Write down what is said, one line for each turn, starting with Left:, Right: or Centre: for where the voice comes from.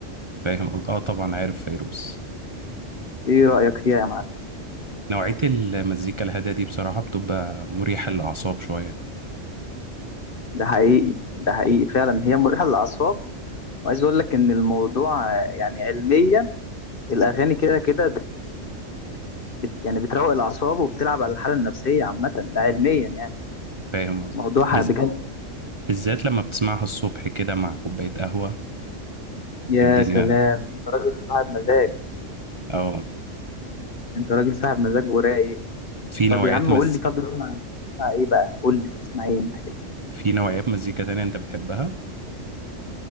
Right: فاهم قصد- اه طبعا عارف فيروز
Left: ايه رايك فيها يا معلم
Right: نوعية المزيكا الهادية دي بصراحة بتبقى مريحة للاعصاب شوية
Left: ده حقيقي ده حقيقي فعلا هي مريحه للاعصاب وعايز اقول لك ان الموضوع آه، يعني علميا الاغاني كده كده بت... بت يعني بتروق الاعصاب وبتلعب على الحاله النفسيه عامه ده علميا يعني
Right: فاهم قصدك
Left: موضوع
Right: بز...
Left: بجد طب
Right: بالذات لما بتسمعها الصبح كده مع كوباية قهوة
Left: يا
Right: الدنيا
Left: سلام انت راجل صاحب مزاج
Right: اه
Left: انت راجل صاحب مزاج ورايق
Right: في نوعيات
Left: طب يا عم
Right: مز...
Left: قول لي طب بتسمع بتسمع ايه بقى قول لي بتسمع ايه انت كده
Right: في نوعيات مزيكا تانية انت بتحبها